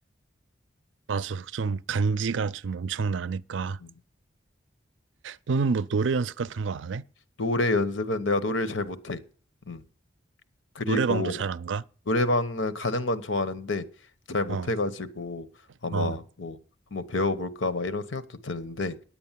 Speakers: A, on the right; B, on the left.
A: 맞아. 좀 간지가 좀 엄청 나니까.
B: 음,
A: 너는 뭐 노래 연습 같은 거 안 해?
B: 노래 연습은 내가 노래를 잘 못해. 음, 그리고
A: 노래방도 잘 안 가?
B: 노래방은 가는 건 좋아하는데 잘 못해가지고
A: 어,
B: 아마
A: 어,
B: 뭐 한번 배워볼까 막 이런 생각도 드는데